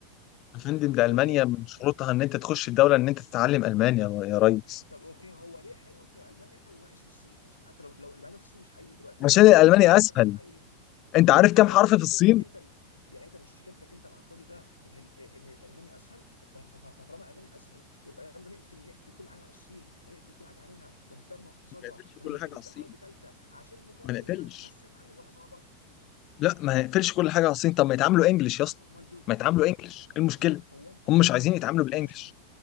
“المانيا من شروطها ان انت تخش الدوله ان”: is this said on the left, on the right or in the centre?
Left